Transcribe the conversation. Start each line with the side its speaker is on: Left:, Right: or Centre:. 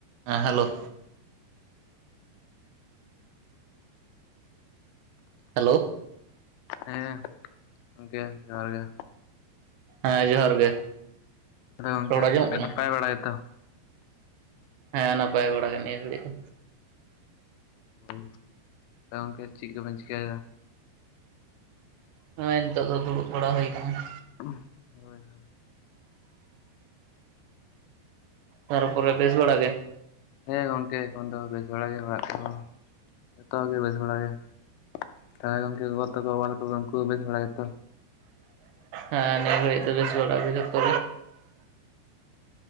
Right: ᱦᱮᱸ ᱦᱮᱞᱳ᱾ ᱦᱮᱞᱳ᱾
Left: ᱦᱮᱸ ᱜᱚᱝᱠᱮ ᱡᱚᱦᱟᱨ ᱜᱮ᱾
Right: ᱦᱮᱸ ᱡᱚᱦᱟᱨ ᱜᱮ᱾
Left: ᱛᱟᱦᱚᱞᱮ ᱜᱚᱝᱠᱮ
Right: ᱨᱚᱲ ᱟᱸᱡᱚᱢᱚᱜ ᱠᱟᱱᱟ
Left: ᱱᱟᱯᱟᱭ ᱵᱟᱲᱟᱭᱟᱛᱚ?
Right: ᱦᱮᱸ ᱱᱟᱯᱟᱭ ᱵᱟᱲᱟ ᱜᱮ ᱲᱤᱭᱟᱹ ᱜᱷᱟᱹᱲᱤᱡ ᱫᱚ᱾
Left: <inaudible> ᱦᱳᱭ ᱜᱚᱝᱠᱮ ᱪᱮᱫ ᱠᱚᱵᱮᱱ ᱪᱤᱠᱟᱹᱭᱮᱫᱟ?
Right: ᱱᱚᱜ-ᱚᱭ ᱱᱤᱛᱚᱜ ᱫᱚ ᱫᱩᱲᱩᱵ ᱵᱟᱲᱟ ᱦᱩᱭ ᱠᱟᱱᱟ᱾
Left: ᱦᱳᱭ ᱦᱳᱭ᱾
Right: ᱛᱟᱨ ᱯᱚᱨᱮ ᱵᱮᱥ ᱵᱟᱲᱟ ᱜᱮ?
Left: ᱦᱮᱸ ᱜᱚᱝᱠᱮ ᱮᱠᱷᱚᱱ ᱫᱚ ᱵᱮᱥ ᱵᱟᱲᱟᱜ ᱜᱮ, ᱚᱲᱟᱜ ᱠᱚ ᱡᱷᱚᱛᱚ ᱜᱮ ᱵᱮᱥ ᱵᱟᱲᱟᱜ ᱜᱮ᱾ ᱦᱮᱸ ᱜᱚᱝᱠᱮ ᱜᱚᱜᱚ-ᱵᱟᱵᱟ ᱛᱟᱠᱚ ᱩᱱᱠᱩ ᱦᱚᱸ ᱵᱮᱥ ᱵᱟᱲᱟ ᱜᱮᱛᱚ?
Right: ᱦᱮᱸ ᱟᱞᱮᱫᱚ ᱱᱤᱭᱟᱹ ᱜᱷᱟᱹᱤᱪ ᱵᱮᱥ ᱵᱟᱲᱟᱟ ᱜᱮ ᱡᱚᱛᱚ᱾